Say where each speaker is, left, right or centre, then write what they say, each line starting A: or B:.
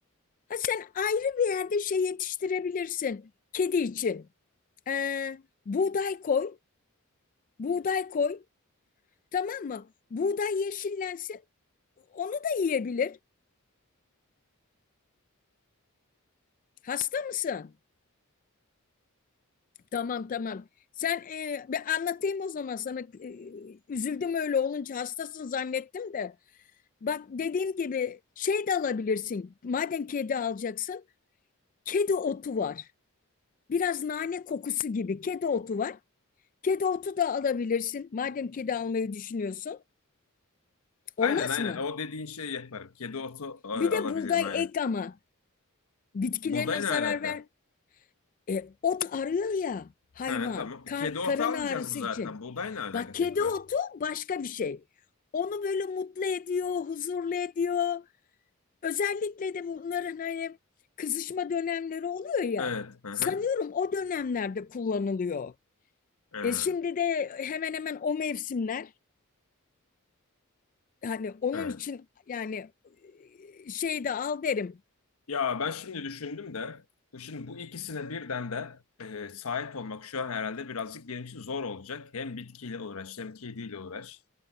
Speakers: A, on the left; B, on the left.
A: Ha, sen ayrı bir yerde şey yetiştirebilirsin kedi için. Ee, buğday koy, buğday koy. Tamam mı? Buğday yeşillensin. Onu da yiyebilir. Hasta mısın? Tamam tamam. Sen e, ben anlatayım o zaman sana. E, üzüldüm öyle olunca hastasın zannettim de. Bak dediğim gibi şey de alabilirsin. Madem kedi alacaksın, kedi otu var. Biraz nane kokusu gibi kedi otu var. Kedi otu da alabilirsin. Madem kedi almayı düşünüyorsun. Olmaz
B: Aynen aynen.
A: mı?
B: O dediğin şeyi yaparım. Kedi otu e, alabilirim
A: Bir de buğday
B: aynen.
A: ek ama bitkilerine
B: Buğday
A: zarar
B: ne alaka?
A: ver. E, ot arıyor ya hayvan.
B: Ha, tamam. Kedi
A: Kar,
B: otu
A: karın
B: almayacağız
A: ağrısı
B: mı zaten?
A: için.
B: Buğday ne alaka
A: Bak kedi
B: tekrar?
A: otu başka bir şey. Onu böyle mutlu ediyor, huzurlu ediyor. Özellikle de bunların hani kızışma dönemleri oluyor ya.
B: Evet. Hı hı.
A: Sanıyorum o dönemlerde kullanılıyor.
B: Ha,
A: E şimdi de hemen hemen o mevsimler Hani onun
B: Evet.
A: için yani e, şey de al derim.
B: Ya ben şimdi düşündüm de bu şimdi bu ikisine birden de e, sahip olmak şu an herhalde birazcık benim için zor olacak. Hem bitkiyle uğraş hem kediyle uğraş.